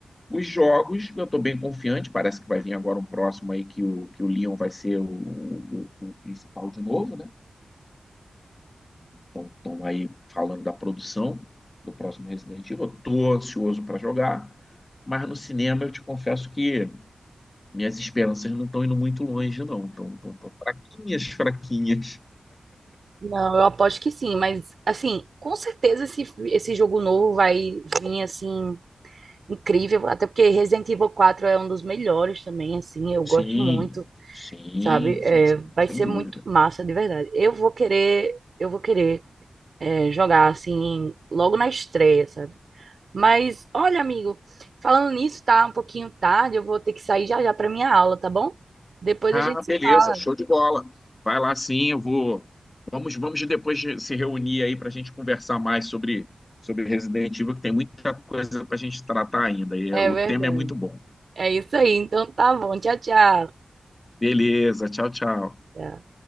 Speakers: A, on the left; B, on the right.
A: os jogos, eu estou bem confiante, parece que vai vir agora um próximo aí que o, que o Leon vai ser o, o- o principal de novo, né? Então, estão aí falando da produção do próximo Resident Evil. Eu tô ansioso para jogar, mas no cinema eu te confesso que minhas esperanças não estão indo muito longe, não. Estão tão, tão fraquinhas, fraquinhas.
B: Não, eu aposto que sim, mas, assim, com certeza esse, esse jogo novo vai vir, assim, incrível. Até porque Resident Evil 4 é um dos melhores também, assim, eu gosto
A: Sim,
B: muito.
A: sim,
B: sabe? É,
A: sim, sim,
B: vai
A: sem
B: ser
A: dúvida.
B: muito massa, de verdade. Eu vou querer, eu vou querer é, jogar assim logo na estreia, sabe? Mas olha, amigo, falando nisso, tá um pouquinho tarde, eu vou ter que sair já já para minha aula, tá bom? Depois
A: Ah,
B: a gente se
A: beleza,
B: fala.
A: show de bola. Vai lá sim, eu vou. Vamos, vamos depois de se reunir aí para a gente conversar mais sobre, sobre Resident Evil, que tem muita coisa para a gente tratar ainda. E
B: É
A: o
B: verdade.
A: tema é muito bom.
B: É isso aí. Então tá bom. Tchau, tchau.
A: Beleza, tchau, tchau.
B: Tchau.